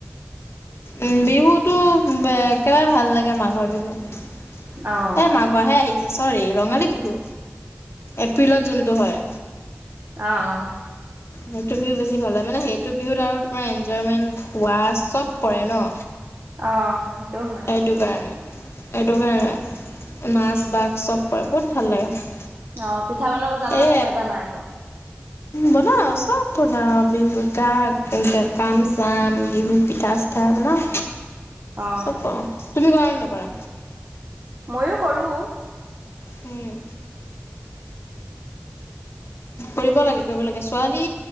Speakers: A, on the left; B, on the right.
A: উম বিহুটো, একেবাৰে ভাল লাগে মাঘৰ বিহু। এ
B: অ',
A: মাঘৰহে আহি এতিয়া। চ'ৰি, ৰঙালী বিহু। এপ্ৰিলত যোনটো হয়।
B: আহ আহ।
A: সেইটো বিহু বেছি ভাল হয়। মানে সেইটো বিহুত আৰু তোমাৰ এনজয়মেন্ট, খোৱা চব পৰে ন।
B: অ। সেইটো হয়।
A: সেইটো কাৰণে। সেইটো কাৰণে। নাচ বাগ চব কৰে, বহুত ভাল লাগে।
B: অ, পিঠা বনাব জানা
A: এই
B: নে নাজানা আকৌ।
A: বনাওঁ, চব বনাওঁ, বিহু কা, কি বুলি কয়, কাম চাম, বিহু পিঠা চিঠা, বনাওঁ।
B: অ',
A: চব পাৰোঁ। তুমি কৰা নে নকৰা?
B: ময়ো কৰোঁ।
A: হম। কৰিব লাগে কৰিব লাগে। ছোৱালী,